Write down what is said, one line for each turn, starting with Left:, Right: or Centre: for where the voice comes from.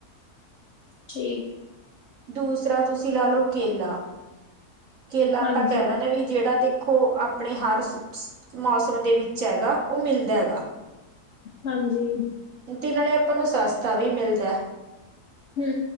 Left: ਠੀਕ-
Right: ਦੂਸਰਾ ਤੁਸੀਂ ਲਾ ਲਓ ਕੇਲਾ ਕੇਲਾ ਆਪਾਂ
Left: ਹਾਂਜੀ
Right: ਕਹਿ ਦਿੰਦੇ ਵੀ- ਜਿਹੜਾ ਦੇਖੋ ਆਪਣੇ ਹਰ ਮੌਸਮ ਦੇ ਵਿਚ ਹੈਗਾ ਉਹ ਮਿਲਦਾ ਹੈਗਾ।
Left: ਹਾਂਜੀ-
Right: ਤੇ ਨਾਲੇ ਆਪਾ ਨੂੰ ਸੱਸ ਦਾ ਮਿਲਦਾ ਹੈ।
Left: ਹੂੰ